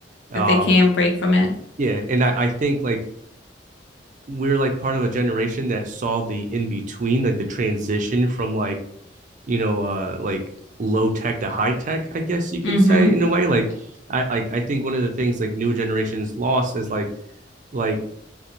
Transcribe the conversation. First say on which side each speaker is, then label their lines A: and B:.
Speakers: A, on the right; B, on the left.
A: Um,
B: that they can break from it.
A: yeah, and I, I think like we're like part of a generation that saw the in between, like the transition from like, you know, uh like low tech to high tech, I guess you can
B: Mm-hmm.
A: say in a way. Like I I, I think one of the things like new generations lost is like like